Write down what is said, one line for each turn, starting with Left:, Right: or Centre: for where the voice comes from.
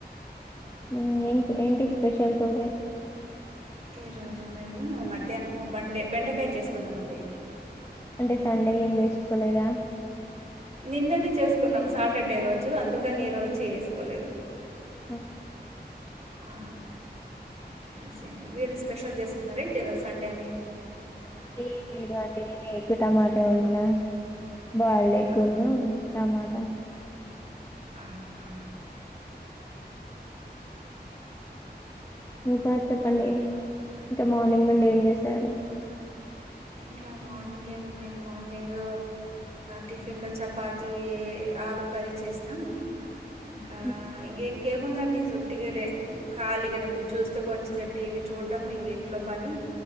Left: ఉం ఎంటి స్పెషల్ టుడే
Right: ఈరోజు మేము మధ్యాహ్నము బండే బెండకాయ చేసుకున్నామండి
Left: అంటే సండే ఏం తెచ్చుకోలేదా
Right: నిన్ననే చేసుకున్నాం సాటర్డే రోజు అందుకనీ ఈ రోజు చేసుకోలేదు
Left: ఆ
Right: ఆ ఈ రోజు ఏంటి మీరు స్పెషల్ చేసుకున్నారేంటి ఈరోజు సండే అని
Left: ఏం లేదు అండి నేను ఎగ్గు టమాటా వండినా బాయిల్డ్ ఎగ్
Right: ఆహా,
Left: ను టమాటా
Right: అవునా
Left: ఇంకా చెప్పండి ఇంకా మార్నింగ్ నుండి ఏం చేశారు
Right: ఇంకా మార్నింగ్ ఏముండండి మార్నింగ్ టిఫిన్లో ఆ చపాతీ ఆలుూ కర్రీ చేసినాం ఇంకా
Left: ఉమ్,
Right: ఇంకేం ఇంకేముందండి వుట్టి గనే ఖాళీగనే కూర్ చూస్తే కొంచంసేపు టీవీ చూడము ఇంక ఇంట్లో పని